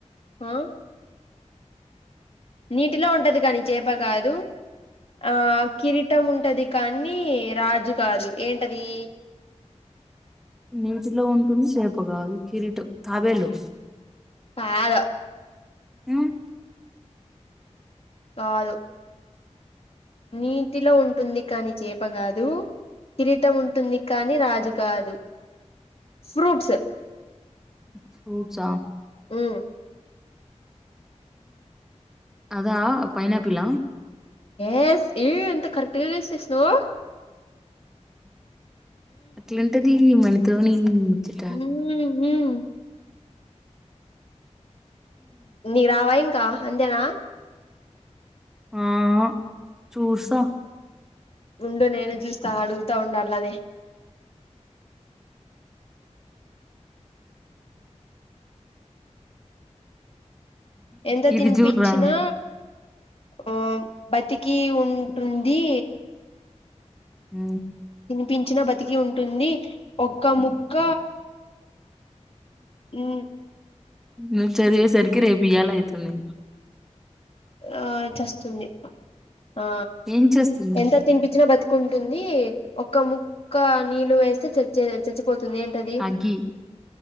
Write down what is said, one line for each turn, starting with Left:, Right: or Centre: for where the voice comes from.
Left: ఆ నీటిలో ఉంటది కాని చేప కాదు ఆ కిరీటం ఉంటది కానీ రాజు కాదు ఏంటది <inaudible>
Centre: నీటిలో ఉంటుంది చేప కాదు కిరీటం తాబేలు
Left: కాదు
Centre: ఉమ్
Left: కాదు నీటిలో ఉంటుంది కాని చేపకాదు కిరీటం ఉంటుంది కానీ రాజు కాదు ఫ్రూట్స్
Centre: ఫ్రూట్స్ ఆ
Left: ఉమ్
Centre: అదా పైనాపిల
Left: ఎస్ ఏయ అంత కరెక్ట్గా గెస్ చేసినావ్
Centre: అట్లుంటాది మనతోని ముచ్చట
Left: ఉహ్మ్ నివ్ రావా ఇంకా అంతేనా
Centre: ఆహా చూసా
Left: ఉండు నేను చూస్తా అడుగుతా ఉండు అననీ ఎంత
Centre: ఇది
Left: తినిపిచ్చినా
Centre: చూడరా
Left: ఓ బతికి ఉంటుంది
Centre: ఉ
Left: పించిన బతికి ఉంటుంది ఒక్క ముక్క ఉ
Centre: నువ్వు చదివేసరికి రేపు ఇయ్యాలయితుంది
Left: ఆ చస్తుంది ఆ
Centre: ఏం చేస్తుంది
Left: ఎంత తినిపించినా బతుకుం టుంది ఒక ముక్క నీళ్ళు వేస్తే చెచె చచ్చి పోతుంది ఏంటది
Centre: అగ్గి